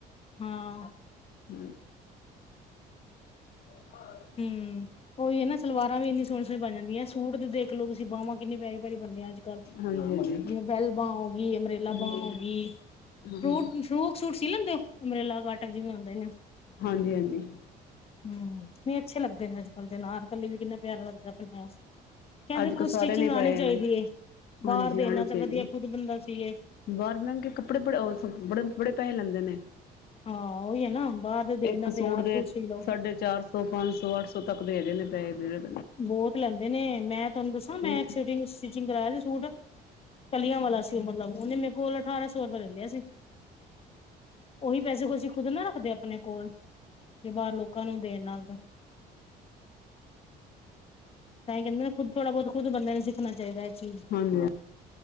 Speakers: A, on the left (about 35°); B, on the left (about 65°).
A: ਹਾਂ
B: ਹਮ <unintelligible> <inaudible>
A: ਹਮ ਉਹੀ ਹੈ ਨਾ ਸਲਵਾਰਾਂ ਵੀ ਇੰਨੀ ਸੋਹਣੀ ਸੋਹਣੀ ਬਣ ਜਾਂਦੀਆਂ ਸੂਟ ਦੇਖ ਲੋ ਤੁਸੀਂ ਬਾਹਵਾਂ ਕਿੰਨੀ ਪਿਆਰੀ ਪਿਆਰੀ ਬਣਦੀਆਂ ਆ ਅੱਜ ਕੱਲ
B: ਹਾਂਜੀ ਹਾਂਜੀ
A: ਜਿਵੇਂ ਬੈਲ ਬਾਂ ਹੋ ਗਈ ਅਮਬਰੇਲਾ
B: ਹਾਂਜੀ
A: ਬਾਂ ਹੋ ਗਈ
B: ਹਾਂਜੀ
A: ਫਰੂ- ਫਰੂ। <unintelligible> ਸੂਟ ਸੀ ਲੈਂਦੇ ਹੋ ਅੰਬਰੇਲਾ ਕਾਟ ਜਿਵੇਂ ਹੁੰਦੇ ਨੇ।
B: ਹਾਂਜੀ-ਹਾਂਜੀ।
A: ਹਮ ਨਹੀ ਅੱਛੇ ਲੱਗਦੇ ਨੇ ਅੱਜ ਕੱਲ੍ਹ ਦੇਨਾਰ ਕੱਲੇ ਵੀ ਕਿੰਨਾ ਪਿਆਰਾ ਲੱਗਦਾ ਪਿਆ <unintelligible> ਕਹਿੰਦੇ
B: ਅੱਜ ਕੱਲ੍ਹ
A: ਖੁਦ
B: ਸਾਰਿਆਂ
A: ਸਟਿਚਿੰਗ
B: ਨੇ ਪਾਏ
A: ਆਉਣੀ ਚਾਹੀਦੀ
B: ਨੇ
A: ਹੈ
B: ਹਾਂਜੀ
A: ਬਾਹਰ
B: ਆਉਣੇ
A: ਦੇਨ ਨਾਲੋ
B: ਚਾਹੀਦੇ
A: ਤਾਂ ਵਧੀਆ ਖੁਦ ਬੰਦਾ ਸੀਏ ਇਹ
B: ਬਾਹਰ ਮਹਿੰਗੇ ਕੱਪੜੇ ਬੜ ਬੜੇ ਬੜੇ ਪੈਸੇ ਲੈਂਦੇ ਨੇ
A: ਹਾਂ ਉਹੀ ਹੈ ਨਾ ਬਾਹਰ ਦੇ ਦੇਣਾ
B: ਇੱਕ
A: ਤੇ
B: ਸੂਟ
A: ਆਪ
B: ਦੇ
A: ਕੁਛ ਸੀ ਲਓ
B: ਸਾਢੇ ਚਾਰ ਸ ਪੰਜ ਸੌ ਅੱਠ ਸੌ ਤੱਕ ਦੇ ਹੈਗੇ ਨੇ ਪੈਸ
A: ਬਹੁਤ ਲੈਂਦੇ ਨੇ ਮੈਂ ਤੁਹਾਨੂੰ ਦੱਸਾਂ ਮੈਂ
B: ਨੇ
A: ਸਿਚਿੰਗ ਕਰਵਾਇਆ ਸੀ ਸੂਟ ਕਲੀਆਂ ਵਾਲਾ ਸੀ ਉਹ ਮਤਲਬ ਉਹਨੇ ਮੇਰੇ ਕੋਲ ਅਠਾਰਾਂ ਸੌ ਰੁਪਿਆ ਲੈ ਲਿਆ ਸੀ ਉਹੀ ਪੈਸੇ ਖੁਸੀੁ- <unintelligible> ਨਾ ਰੱਖਦੇ ਆਪਣੇ ਕੋਲ ਬਾਹਰ ਲੋਕਾਂ ਨੂੰ ਦੇਣ ਨਾਲ ਤਾਂ ਤਾਂਹੀ ਕਹਿੰਦੇ ਨਾ ਖੁਦ ਥੋੜਾ ਬਹੁਤ ਖੁਦ ਬੰਦਿਆਂ ਨੂੰ ਸਿੱਖਣਾ ਚਾਹੀਦਾ ਹੈ ਇਹ ਚੀਜ਼
B: ਹਾਂਜੀ